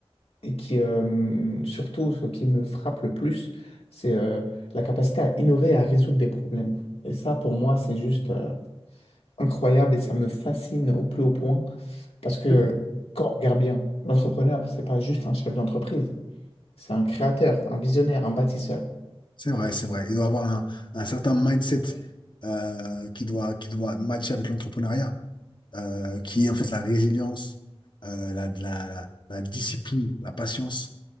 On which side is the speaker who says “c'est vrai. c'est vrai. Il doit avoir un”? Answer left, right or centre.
Left